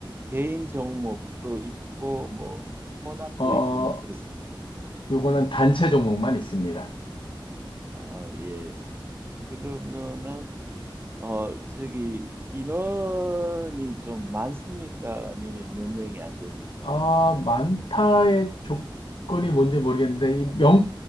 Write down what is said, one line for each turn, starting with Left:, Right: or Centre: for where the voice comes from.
Right: 개인 종목도 있고 뭐 혼합도
Left: 어,
Right: 있고 뭐 그렇습니다.
Left: 요거는 단체 종목만 있습니다.
Right: 아, 예. 그러면은 어 저기 인원이 좀 많습니까? 아니면 몇 명이 안 됩니까?
Left: 아, 많다의 조건이 뭔지 모르겠는데, 이 명,